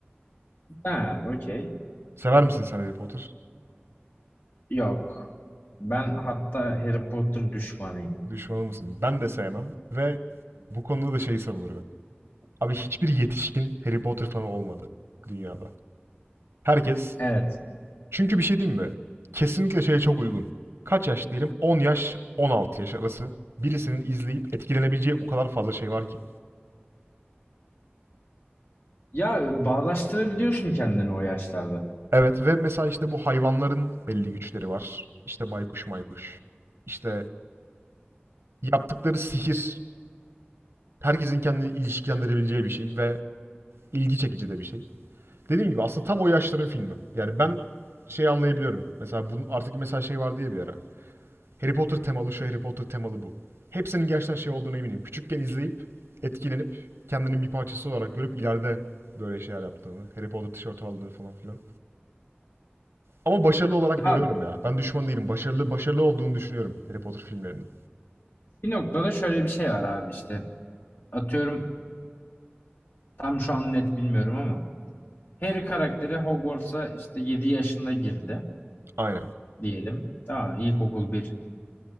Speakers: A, on the left; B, on the right.
A: ha, okey.
B: Sever misin sen Harry Potter?
A: Yok. Ben hatta Harry Potter düşmanıyım.
B: Düşmanı mısın? Ben de sevmem ve bu konuda da şeyi savunurum. Abi hiçbir yetişkin Harry Potter fanı olmadı dünyada. Herkes
A: Evet.
B: Çünkü bir şey diyeyim mi? Kesinlikle şeye çok uygun. Kaç yaş diyelim? 10 yaş, 16 yaş arası. Birisinin izleyip etkilenebileceği o kadar fazla şey var ki.
A: Ya bağdaştırabiliyorsun kendini o yaşlarda.
B: Evet ve mesela işte bu hayvanların belli güçleri var. İşte baykuş maykuş. İşte yaptıkları sihir herkesin kendini ilişkilendirebileceği bir şey ve ilgi çekici de bir şey. Dediğim gibi aslında tam o yaşların filmi. Yani ben şey anlayabiliyorum. Mesela bunu artık mesela şey vardı ya bir ara. Harry Potter temalı şu Harry Potter temalı bu. Hepsinin gerçekten şey olduğunu eminim. Küçükken izleyip etkilenip kendinin bir parçası olarak görüp ileride böyle şeyler yaptığını, Harry Potter tişörtü aldığını falan filan. Ama başarılı olarak
A: Ya
B: görüyorum ya. Ben düşman değilim. Başarılı başarılı olduğunu düşünüyorum Harry Potter filmlerinin.
A: bir noktada şöyle bir şey var abi işte. Atıyorum tam şu an net bilmiyorum ama Harry karakteri Hogwarts'a işte 7 yaşında girdi
B: Aynen.
A: diyelim. Tamam ilkokul bir.